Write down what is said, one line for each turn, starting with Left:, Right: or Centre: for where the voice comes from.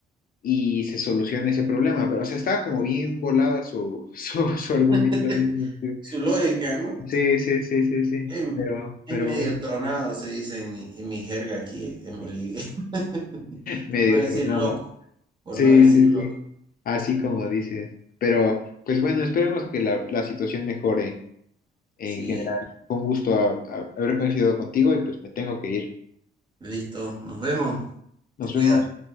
Left: y se soluciona ese problema. Pero, o sea, estaba como bien volada su, <laughs> su, su argumento
Right: <laughs>
Left: en ese sentido.
Right: Su lógica, ¿no?
Left: Sí, sí, sí, sí, sí.
Right: Es,
Left: Pero,
Right: es
Left: pero
Right: medio
Left: bueno,
Right: tronado, se dice en mi, en mi jerga aquí en Bolivia. <laughs>
Left: medio
Right: Por no decir
Left: tronada.
Right: loco, por
Left: Sí,
Right: no decir
Left: sí,
Right: loco.
Left: sí. Así como dices. Pero, pues bueno, esperemos que la, la situación mejore en
Right: Sí,
Left: general. Con gusto a- a- haber coincidido contigo y pues me tengo que ir.
Right: listo, nos vemos.
Left: Nos
Right: Te cuidas.
Left: vemos.